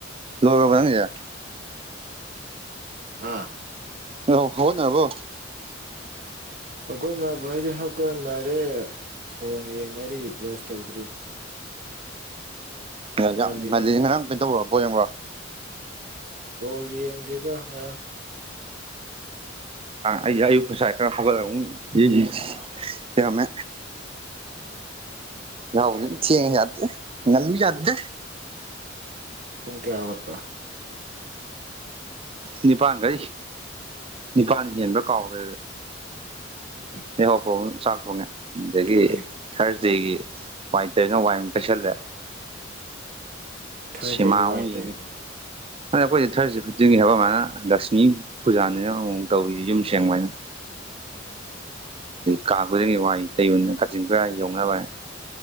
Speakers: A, on the right; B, on the right.
A: ꯂꯣꯏꯔꯕ ꯅꯪꯒꯤꯁꯦ
B: ꯑꯥ
A: ꯑꯣ ꯍꯧꯒꯠꯅꯔꯕꯣ
B: ꯍꯧꯒꯠꯅꯕ ꯍꯥꯏꯖꯦ ꯍꯧꯒꯠꯅꯔꯦ ꯐꯣꯟ ꯌꯦꯡꯅꯔꯤ ꯕ꯭ꯔꯁ ꯇꯧꯗ꯭ꯔꯤ
A: ꯑꯣ
B: ꯉꯜꯂꯤꯗ
A: ꯉꯜꯂꯤ ꯉꯔꯥꯡ ꯀꯩꯅꯣ ꯇꯧꯕ꯭ꯔꯣ ꯕꯣꯜ ꯌꯦꯡꯕ꯭ꯔꯣ
B: ꯕꯣꯜ ꯌꯦꯡꯗꯦꯗ ꯉꯔꯥꯡ
A: ꯑꯩ ꯑꯌꯨꯛ ꯉꯁꯥꯏ ꯈꯔ ꯍꯧꯒꯠꯂꯃꯨꯛ ꯌꯦꯡꯉꯝꯃꯦ
B: ꯑ
A: ꯌꯥꯍꯧꯁꯦ ꯊꯦꯡꯉꯨ ꯌꯥꯗꯦ ꯉꯜꯂꯨ ꯌꯥꯗꯦ
B: ꯄꯨꯡ ꯀꯌꯥ ꯍꯧꯋꯥꯠꯄ
A: ꯅꯤꯄꯥꯥꯟꯗ ꯅꯤꯄꯥꯟ ꯍꯦꯟꯕ ꯀꯥꯎꯈ꯭ꯔꯦ
B: ꯎꯝ
A: ꯅꯍꯥꯎꯄꯕ ꯆꯥꯛ ꯊꯣꯡꯉꯦ ꯑꯗꯒꯤ
B: ꯑꯩꯈꯣꯏ
A: ꯊꯥꯔꯁꯗꯦꯒꯤ
B: ꯎꯝ
A: ꯋꯥꯏꯇꯔꯅꯣ ꯋꯥꯏꯇꯁꯂ
B: ꯊꯥꯔꯁꯗꯦꯒꯤ
A: ꯁꯤꯃꯥ
B: ꯋꯥꯏ
A: ꯑꯣꯏꯌꯦꯒ
B: ꯇꯩꯕ
A: ꯑꯗ ꯑꯩꯈꯣꯏꯁ ꯊꯥꯔꯁꯤ ꯈꯨꯗꯤꯡꯒꯤ ꯍꯥꯏꯕ ꯑꯃꯅ ꯂꯁꯅꯤ ꯄꯨꯖꯥꯅꯤꯅ ꯀꯧꯔꯤ ꯌꯨꯝ ꯁꯦꯡꯕꯅ
B: ꯎꯝ
A: ꯀꯥ ꯈꯨꯡꯒꯤ ꯋꯥꯏ ꯇꯩꯌꯨ ꯀꯥꯆꯤꯟ ꯈꯔ ꯌꯧꯅꯕ